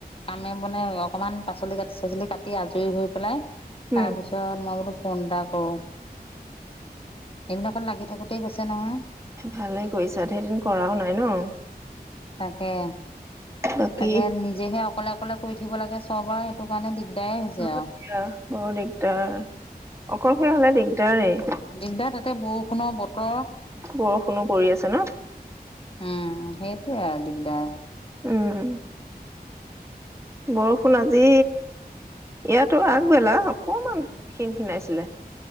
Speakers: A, on the left; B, on the right.
A: <unintelligible> অকমান পাচলি কাটি চাচলি কাটি আজৰি হৈ পেলাই,
B: উম
A: তাৰ পিছত ত মই বোলো ফোন এটা কৰো, এইবিলাকত লাগি থাকোতেই গৈছে নহয়।
B: ভালে কৰিছা সেইদিন কৰাও নাই ন।
A: তাকে,
B: বাকী
A: তাকে নিজেহে অকলে অকলে কৰি থাকিব লাগে <unintelligible> সেইটো কাৰণে দিগদাৰে হৈছে
B: হয়
A: আৰু।
B: দিয়া বৰ দিগদাৰ, অকলশৰীয়া হলে দিগদাৰেই।
A: দিগদাৰ তাতে বৰষুণৰ বতৰ।
B: বৰষুণো পৰি আছে ন।
A: উম সেইটোৱে আৰু দিগদাৰ।
B: উম। বৰষুণ আজি ইয়াতো আগবেলা অকমান ক্ষিন খিনাইছিলে।